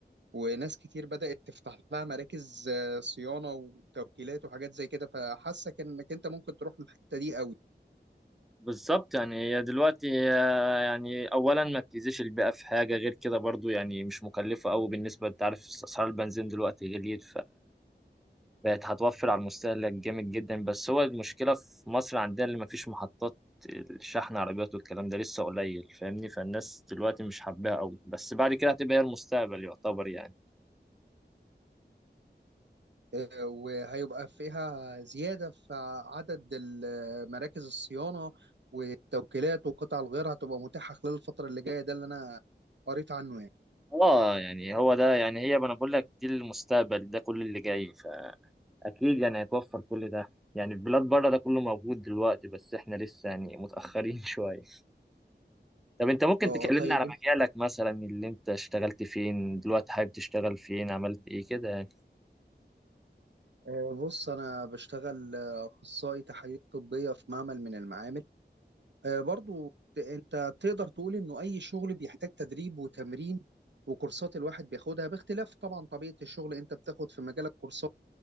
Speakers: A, on the right (about 80°); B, in the centre.
A: وناس كتير بدات تفتح لها مراكز آه، صيانه وتوكيلات وحاجات زي كده فحاسك انك انت ممكن تروح للحته دي قوي
B: بالظبط يعني هي دلوقتي آه، يعني اولا ما بتأذيش البيئه في حاجه غير كده برضو يعني مش مكلفه قوي بالنسبه انت عارف اسعار البنزين دلوقتي غليت فبقت هتوفر على المستهلك جامد جدا بس هو المشكله في مصر عندنا اللي ما فيش محطات الشحن عربيات والكلام ده لسه قليل فاهمني فالناس دلوقتي مش حباها قوي بس بعد كده هتبقى هي المستقبل يعتبر يعني
A: آه، وهيبقى فيها زياده في عدد ال- مراكز الصيانه والتوكيلات والقطع الغيار هتبقى متاحه خلال الفتره اللي جايه ده اللي انا قريت عنه يعني
B: اه يعني هو ده يعني هي ما انا بقول لك دي المستقبل ده كل اللي جاي اكيد يعني هيتوفر كل ده يعني البلاد بره ده كله موجود دلوقتي بس احنا لسه يعني متأخرين <laughs> شوية طب انت ممكن
A: اه
B: تكلمنا
A: آه، طيب
B: على
A: انت-
B: مجالك مثلا اللي انت اشتغلت فين دلوقتي حابب تشتغل فين عملت ايه كده يعني
A: آه، بص انا بشتغل آه، اخصائي تحاليل طبيه في معمل من المعامل آه، برضو ت- انت تقدر تقول انه اي شغل بيحتاج تدريب وتمرين وكورسات الواحد بياخدها باختلاف طبعا طبيعه الشغل انت بتاخد في مجالك كورسات